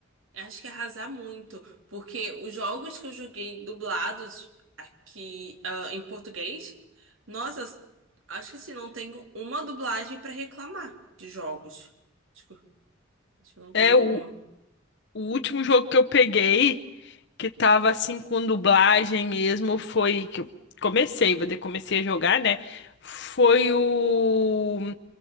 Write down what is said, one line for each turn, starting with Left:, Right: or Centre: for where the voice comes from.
Right: Acho que arrasar muito, porque os jogos que eu joguei dublados aqui, ah, em português, nossa, acho que assim, não tenho uma dublagem pra reclamar de jogos. Acho que, acho que não tem
Left: É
Right: nenhuma.
Left: o, o último jogo que eu peguei que tava assim com dublagem mesmo foi que eu comecei, vou dizer, comecei a jogar, né? Foi o